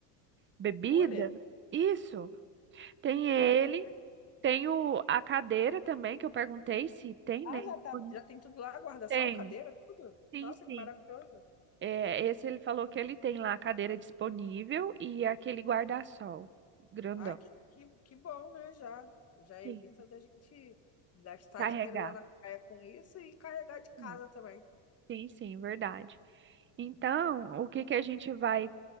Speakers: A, on the right; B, on the left.
A: bebida.
B: Cooler?
A: Isso. Tem ele,
B: Ah, perfeito.
A: tem o, a cadeira também, que eu perguntei se tem,
B: Ah,
A: né?
B: já
A: disponível.
B: tá, já tem tudo lá, guarda-sol,
A: Tem,
B: cadeira, tudo.
A: sim,
B: Nossa, que
A: sim.
B: maravilhoso.
A: É, esse ele falou que ele tem lá a cadeira disponível e aquele guarda-sol grandão.
B: Ai, que, que, que bom, né? Já, já
A: Sim.
B: evita da gente gastar
A: Carregar.
B: dinheiro lá na praia com isso e carregar de casa
A: Hum,
B: também.
A: Sim, sim, verdade. Então, o que que a gente vai